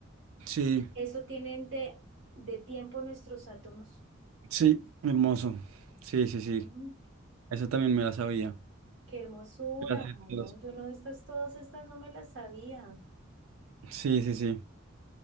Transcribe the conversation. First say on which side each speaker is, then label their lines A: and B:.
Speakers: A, on the right (about 80°); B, on the right (about 60°).
A: Sí,
B: eso tienen de, de tiempo nuestros átomos.
A: sí, hermoso. Sí, sí, sí.
B: Mm,
A: Esa también me la sabía.
B: qué hermosura,
A: Me la sé
B: ¿no?
A: todas.
B: Yo no, estas, todas estas no me las sabía.
A: Sí, sí, sí.